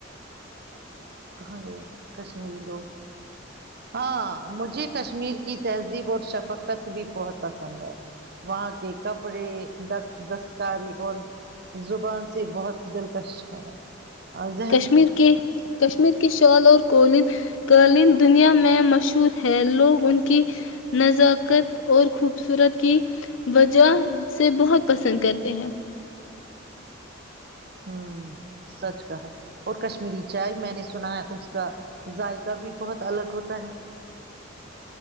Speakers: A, on the right; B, on the left.
A: کہاں گیا کشمیری لوگ ہاں مجھے کشمیر کی تہذیب اور شفقت بھی بہت پسند ہے وہاں کے کپڑے دستکاری اور زبان سے بہت دلکش ہے اور ذن
B: کشمیر کے کشمیر کی شال اور کولن کلن دنیا میں مشہور ہے لوگ ان کی نزاکت اور خوبصورت کی وجہ سے بہت پسند کرتے ہیں
A: ہوں سچ کہا اور کشمیری چائے میں نے سنا ہے اس کا ذائقہ بھی بہت الگ ہوتا ہے <unintelligible>